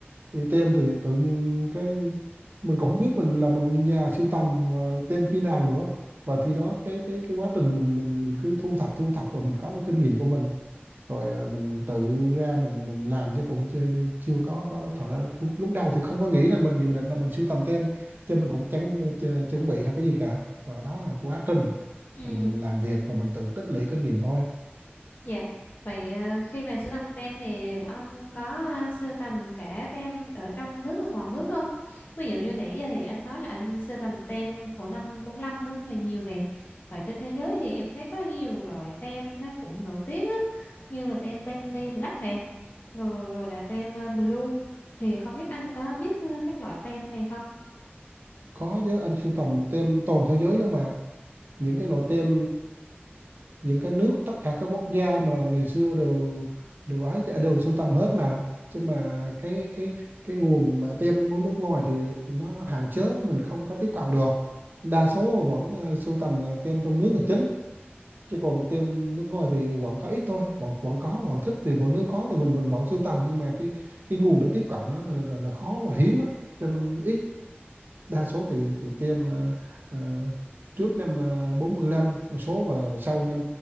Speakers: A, on the right; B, on the left.
A: thì tem thì tự nhiên cái mình cũng không biết mình là một nhà sưu tầm ờ, tem khi nào nữa và thì đó cái cái cái quá trình mình mình mình cứ thu thập thu thập rồi mình có cái kinh nghiệm của mình rồi à, mình, mình tự ra mình mình làm chứ cũng chưa, chưa có, có thật ra lúc, lúc đầu thì không có nghĩ rằng mình dự định là mình sưu tầm tem chứ mình cũng chẳng ch- chuẩn bị hay cái gì cả và đó là quá trình
B: Ừ,
A: mình mình làm việc và mình tự tích lũy kinh nghiệm thôi
B: Dạ, vậy ờ, khi mà sưu tầm tem thì anh có ờ, sưu tầm cả tem ở trong nước và ngoài nước không? Ví dụ như nãy giờ thì anh nói là anh sưu tầm tem của năm 45 đúng thì nhiều nè. Vậy trên thế giới thì em thấy có nhiều loại tem nó cũng nổi tiếng á, như là tem Benny Black nè, rồi, rồi là tem ờ, Blue. Thì không biết anh có biết ờ, các loại tem này không?
A: có chứ anh sưu tầm tem toàn thế giới luôn mà những cái loại tem những cái nước tất cả các quốc gia mà ngày xưa đều đều ấy thì đều sưu tầm hết mà chứ mà cái cái cái nguồn mà tem ở nguồn nước ngoài thì nó hạn chế mình không có tiếp cận được đa số vẫn ờ, sưu tầm ờ, tem trong nước là chính chứ còn tem nước ngoài thì vẫn có ít thôi vẫn vẫn có vẫn thích thì vẫn nếu có thì mình mình vẫn sưu tầm nhưng mà cái cái nguồn để tiếp cận nó là, là, là khó và hiếm á cho nên ít đa số thì thì tiêm ờ, ờ, trước năm ờ, 45 một số và sau năm